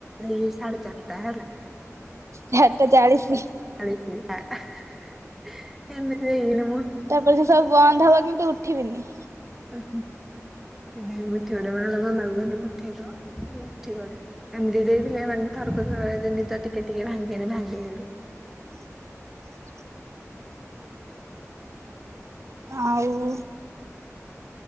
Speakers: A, in the centre; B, on the right (about 60°).
A: ଏଇ ସାଢେ ଚାରିଟା ହେଲା।
B: ଚାରଟା ଚାଳିଶୀ।
A: ଚାଳିଶି ଆ ହା ହା ଏମିତି ହେଇକିଣି
B: ତାପରେ ସେ ସବୁ ବନ୍ଦ ହବ କିନ୍ତୁ ଉଠିବିନି।
A: ଉଁ ହୁଁ। <unintelligible> ଉଠେଇଦବ ଉଠିବନି ଏମିତି <unintelligible> <unintelligible> ନିଦ ଟିକେ ଟିକେ ଭାଙ୍ଗେନି ଭାଙ୍ଗେ କିନ୍ତୁ।
B: ହ ଆଉ।